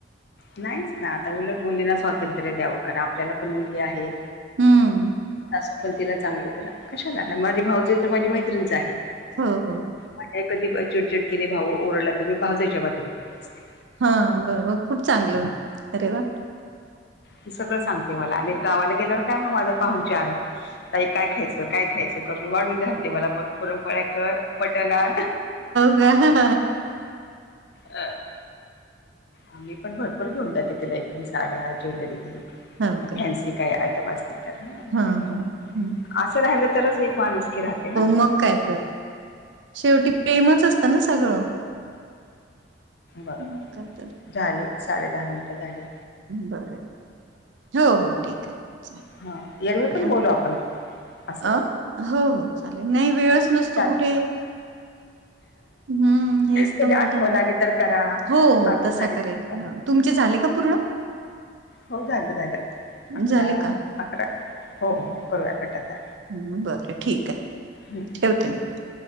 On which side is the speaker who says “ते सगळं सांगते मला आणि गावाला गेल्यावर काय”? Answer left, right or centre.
Left